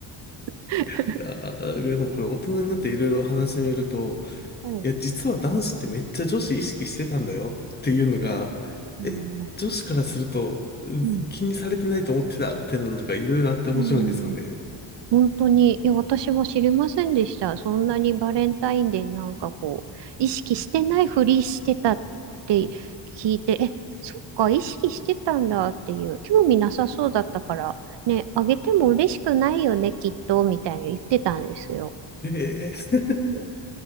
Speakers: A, on the right; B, on the left.
A: <laughs>
B: いやー、でもこれ大人になっていろいろ話してみると、
A: はい。
B: いや、実は男子ってめっちゃ女子意識してたんだよっていうのが、
A: うん。
B: え、女子からすると、うん気にされてないと思ってた、
A: うん。
B: みたいなのとかいろいろあって面白いんですよね。
A: うん本当に、いや、私も知りませんでした。そんなにバレンタインデーなんかこう、意識してないふりしてたって聞いて、え、そっか、意識してたんだっていう、興味なさそうだったから、ね、あげても嬉しくないよね、きっと、みたいに言ってたんですよ。
B: ええ
A: うん